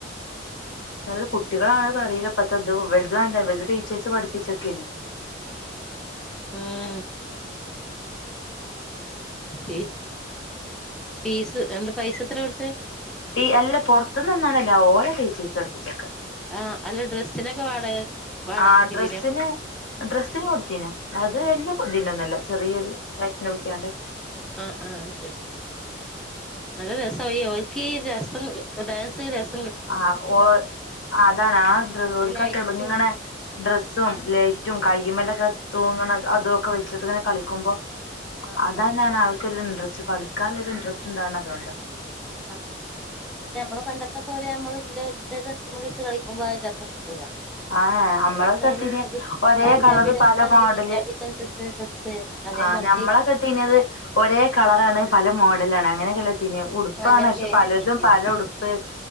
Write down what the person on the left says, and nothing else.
നല്ല കുട്ടികളാണ് പറിയില്ല ഇപ്പതെത് ഇവല്ത് ഇവലെ ടീച്ചേഴ്സ് പഠിപ്പിച്ചൊക്കേനു
ടീ അല്ല പുറത്ത്ന്ന് വന്നതല്ല ഓലെ ടീച്ചേസ് പഠുപ്പിച്ചക്കെ
ആ ഡ്രസ്സിന് ഡ്രസ്സിന് കൊടുത്തീനു അത് എല്ലാം പുതിന്ന ഒന്നുല്ല ചെറിയൊരു റൈറ്റ്ന് നോക്ക്യാണ്ട്
ആഹ് ഓ അതാണ് ആ ഡോൽക്ക
തെളുങ്ങണെ ഡ്രസ്സും ലേറ്റും കയ്യുമല്ലൊക്കെ തൂങ്ങണ അതോക്കെ വെച്ചിട്ട് ഇങ്ങനെ കളിക്കുമ്പോ
അതാ
ഞാൻ
ആൾക്കൊരു ഇൻട്രസ്റ്റ് കളിക്കാല്ലോരു ഇൻട്രസ്റ്റ് ണ്ടാവ്ണെ അതോണ്ടാ
ആഹ് നമ്മളെ
കെട്ടീന് ഒരേ
കളറ്
പല മോഡല്
ആ ഞമ്മളെ കെട്ടീനത്
ഒരേ കളറാണ് പല മോഡലാണ് അങ്ങനെയൊക്കെല്ലെട്ടീന്യേ ഉടുപ്പാണ്
പക്ഷെ പലതും
പല ഉടുപ്പ്